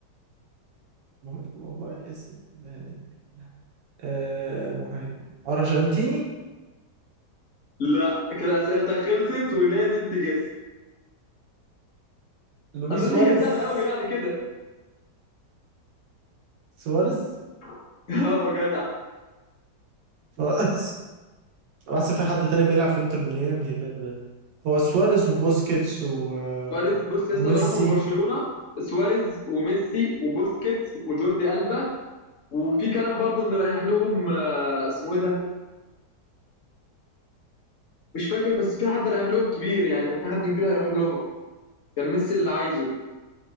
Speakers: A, on the right (about 80°); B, on the left (about 50°).
A: مهاجم والله اسم يعني آه مهاجم ارجنتيني
B: لا كده اسئلتك خلصت ولازم تجس
A: لويس
B: اظن
A: سواريز
B: هي سهله قوي يعني كده
A: سواريز
B: <laughs> اه جدع
A: ف- <laughs> اصل في حد تاني بيلعب في انتر ميامي غير هو سواريز وبوسكيتس و...
B: سواريز بص يا
A: وميسي
B: اسطى اللي راحوا من برشلونه سواريز وميسي وبوسكيتس وجوردي ألبا وفي كلام برضو ان رايح لهم آه، اسمه ايه ده مش فاكر بس في حد رايح لهم كبير يعني كان في حد كبير هيروح لهم كان ميسي اللي عايزه